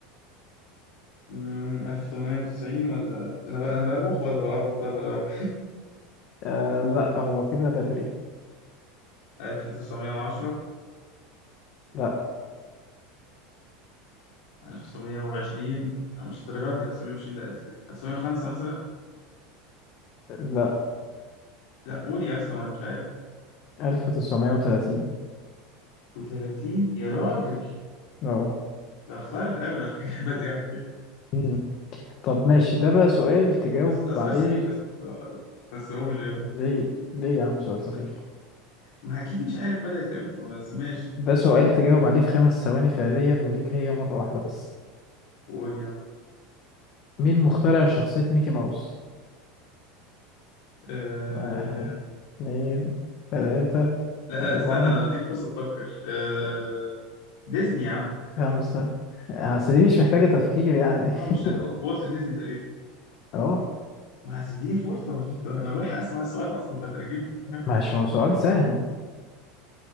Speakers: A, on the left; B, on the left.
A: امم 1890 ولا انا بقى انا بروح ولا بقرب طيب ولا بقى
B: آه لا هو كده بدري
A: 1910
B: لا
A: 1920 لا، مش الدرجة دي 1920 لا ازاي 1905 مثلا
B: لا
A: لا قول يا اسطى انا مش عارف
B: 1930
A: و30 يا راجل
B: اه
A: اتاخرت قوي انا فاكر <laughs> بدري عن كده
B: مم. طب ماشي ده بقى سؤال تجاوب
A: بس ده سؤال
B: عليه
A: سخيف يا اسطى بصراحة قوي بس قول قول
B: ليه ليه يا عم سؤال سخيف
A: ما اكيد مش عارف بدأت امتى بس ماشي
B: ده سؤال تجاوب عليه في خمس ثواني فعليا وليك هي مرة واحدة بس
A: قول يا عم
B: مين مخترع شخصية ميكي ماوس؟
A: أه...
B: واحد اتنين تلاتة
A: لا لا،
B: أربعة
A: استنى انا بديك فرصة تفكر أه... ديزني يا عم
B: خمسة أصل دي مش محتاجة تفكير يعني
A: اه مش
B: <laughs>
A: والت ديزني تقريبا
B: أهو
A: ما هتديني فرصة ما فيش ده. أنا بلحق أسمع السؤال أصلا بترجمه فاهم
B: ماشي ما هو سؤال سهل